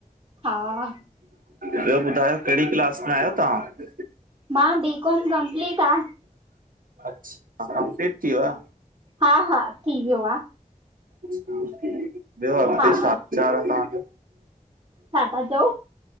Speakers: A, on the right; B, on the right.
A: हा --
B: ॿियो ॿुधायो केहिड़ी क्लास में आहियो तव्हां?
A: मां बीकॉम कंप्लीट हा
B: अच्छा कंप्लीट थी वियो आ?
A: हा-हा थी वियो आहे
B: ॿियो अॻिते
A: हा
B: छा विचार आहे तव्हांजे?
A: छा था चओ?